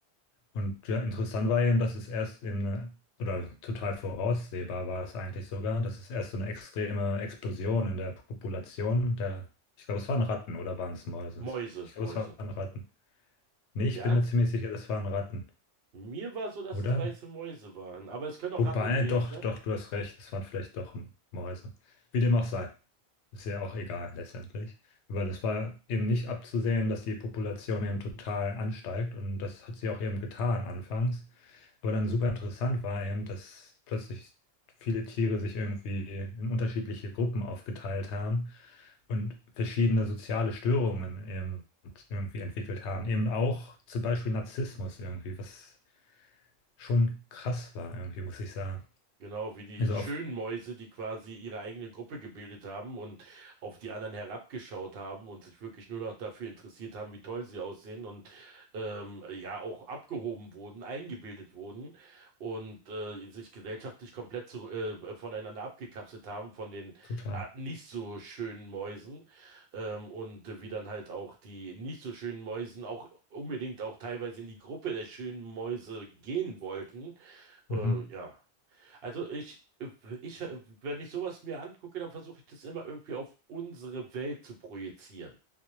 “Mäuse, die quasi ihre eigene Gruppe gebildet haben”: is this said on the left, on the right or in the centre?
Right